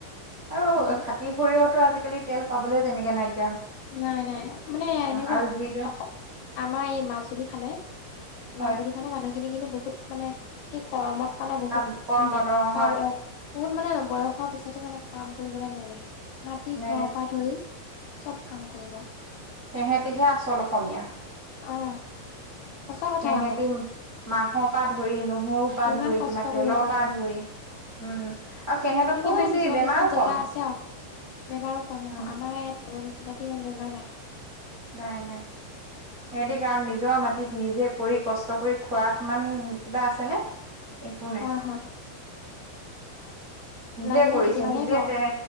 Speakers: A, on the right; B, on the left.
A: আৰু
B: সেইটোৱে
A: খাতি সৰিয়হতো আজিকালি তেল পাবলৈ তেনেকে নাই।
B: নাই-নাই মানে এনেকুৱা
A: আৰু যিটো
B: অস <unintelligible> আমাৰ এই মাজুলী ফালে
A: হয়
B: মাজুলীফালে মানুহখিনি কিন্তু বহুত মানে সেই কৰ্মত মানে বহুত
A: কাম কৰ্মত
B: হেৰি
A: অ
B: কাম
A: হয়
B: ও বহুত মানে বয়স হোৱা পিছতো মানে কাম কৰিবলৈ নেৰে। মাটি
A: নে
B: ঘৰৰ পৰা ধৰি চব কাম কৰিব।
A: সেহেঁতিহে আচল অসমীয়া।
B: অ সঁচা কথা
A: সেহেতি
B: আকৌ।
A: মাহৰ পৰা ধৰি, নহৰুৰ পৰা
B: ইমান
A: ধৰি,
B: কষ্ট
A: তোমাৰ তেলৰ
B: কৰিব পাৰে
A: পৰা ধৰি। উম আৰু সিহঁতক
B: তেনেকে
A: খুব
B: মানে
A: বেছি
B: কিছুমান
A: বেমাৰো
B: কিছুমান জেগা
A: কম।
B: আছে আৰু বেমাৰো কম, অ।
A: উম
B: আমাৰ <unintelligible> নিচিনাকে ইমান বেমাৰ নাই।
A: নাই-নাই। সিহঁতে কাৰণ নিজৰ মাটিত নিজে কৰি কষ্ট কৰি খোৱাৰ সমান কিবা আছেনে? একো নাই।
B: হয় হয় <inaudible>
A: নিজে
B: লাগিলে
A: কৰিছে
B: কেতিয়াবানে
A: নিজে
B: খাওঁ
A: তে